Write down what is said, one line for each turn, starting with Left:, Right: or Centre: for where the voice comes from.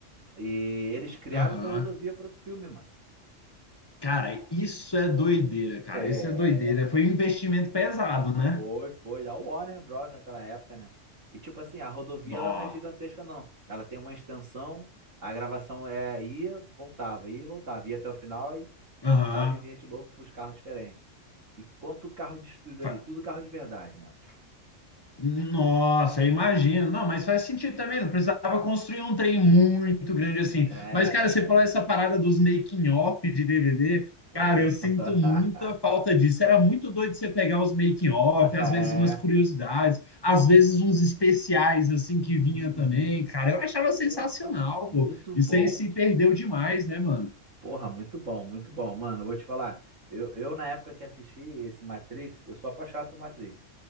Right: E eles criaram
Left: Aham.
Right: essa rodovia pro filme, mano.
Left: Cara, isso é doideira, cara.
Right: É.
Left: Isso é doideira. Foi um investimento pesado, né?
Right: Foi, foi, da Warner Bros. naquela época, né? E tipo assim, a rodovia
Left: Nó.
Right: ela não é gigantesca, não. Ela tem uma extensão, a gravação é ia, voltava, ia, e voltava, ia até o final e
Left: Aham.
Right: cortava e vinha de novo com os carros diferentes. E quanto carro de estúdio
Left: Fa-
Right: ali, tudo carro de verdade, mano.
Left: Nossa, eu imagino. Não, mas faz sentido também. Não precisava construir um trem muito grande assim.
Right: É, é,
Left: Mas, cara, você falou
Right: é.
Left: essa parada dos making-off de DVD.
Right: Pô.
Left: Cara, eu sinto
Right: <laughs>
Left: muita falta disso. Era muito doido você pegar os making-off, às
Right: É.
Left: vezes umas curiosidades, às vezes uns especiais assim que vinha
Right: Uhum.
Left: também. Cara, eu achava
Right: Porra,
Left: sensacional,
Right: muito
Left: pô.
Right: bom.
Left: Isso aí se perdeu demais, né, mano?
Right: Porra, muito bom, muito bom. Mano, eu vou te falar. Eu, eu, na época que assisti esse Matrix, eu sou apaixonado por Matrix.